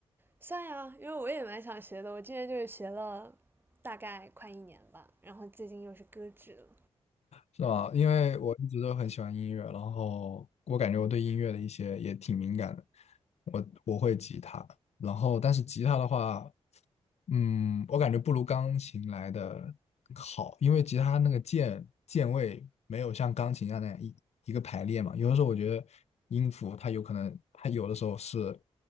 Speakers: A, on the right; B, on the left.
A: 算呀，因为我也蛮想学的，我之前就是学了大概快一年吧，然后最近又是搁置了。
B: 是吧？因为我一直都很喜欢音乐，然后我感觉我对音乐的一些也挺敏感的。我我会吉他，然后但是吉他的话，嗯，我感觉不如钢琴来的好，因为吉他那个键键位没有像钢琴一样那样一一个排列嘛。有的时候我觉得音符它有可能，它有的时候是